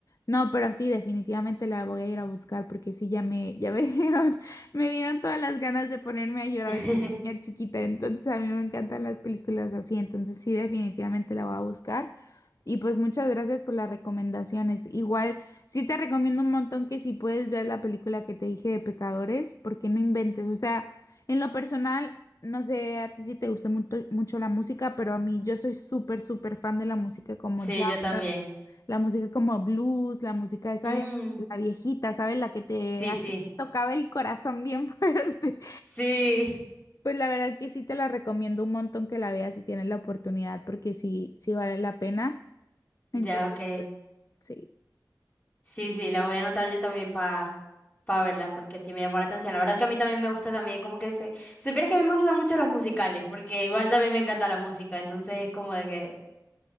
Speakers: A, on the left (about 50°); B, on the left (about 25°).
A: no, pero sí, definitivamente la voy a ir a buscar, porque sí, ya me, ya me <laughs> dieron, me dieron todas las ganas de ponerme a llorar
B: <laughs>
A: es chiquita, entonces a mí me encantan las películas así, entonces sí, definitivamente la voy a buscar. Y pues muchas gracias por las recomendaciones. Igual, sí te recomiendo un montón que si puedes ver la película que te dije de Pecadores, porque no inventes. O sea, en lo personal, no sé a ti si te gusta mucho, mucho la música, pero a mí yo soy súper, súper fan de la música como
B: Sí,
A: jazz,
B: yo también.
A: la música como blues, la música esa
B: Mm,
A: de la viejita, ¿sabes? La que te
B: sí,
A: hace-
B: sí.
A: tocaba el corazón bien <laughs> fuerte.
B: Sí. <laughs>
A: Pues la verdad que sí te la recomiendo un montón que la veas si tienes la oportunidad, porque sí, sí vale la pena. Entonces,
B: Ya, ok.
A: pues, sí.
B: Sí, sí, la voy a anotar yo también para pa pa verla, porque sí me llamó la atención. La verdad es que a mí también me gusta también, como que se... si Supieras que a mí me gustan mucho los musicales, porque igual también me encanta la música, entonces es como de que...